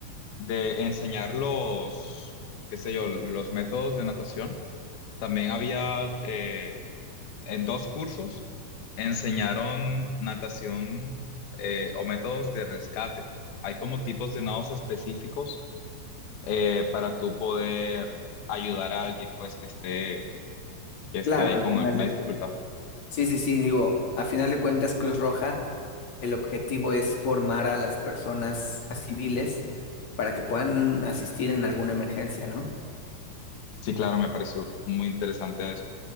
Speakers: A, on the left (about 90°); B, on the left (about 50°).
A: de enseñar los, qué sé yo, los métodos de natación, también había eh, en dos cursos enseñaron natación eh, o métodos de rescate. Hay como tipos de nados específicos eh, para tú poder ayudar a alguien pues que esté, que esté
B: Claro,
A: ahí
B: al
A: con
B: final
A: alguna
B: de...
A: dificultad.
B: Sí, sí, sí, digo, al final de cuentas Cruz Roja, el objetivo es formar a las personas, a civiles, para que puedan asistir en alguna emergencia, ¿no?
A: Sí, claro, me pareció muy interesante eso.